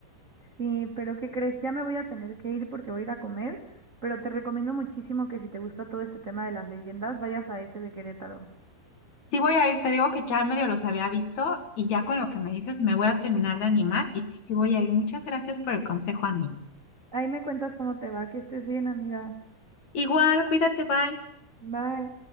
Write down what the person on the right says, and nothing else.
Sí, pero ¿qué crees? Ya me voy a tener que ir porque voy a ir a comer, pero te recomiendo muchísimo que si te gusta todo este tema de las leyendas, vayas a ese de Querétaro.
Ahí me cuentas cómo te va, que estés bien, amiga.
Bye.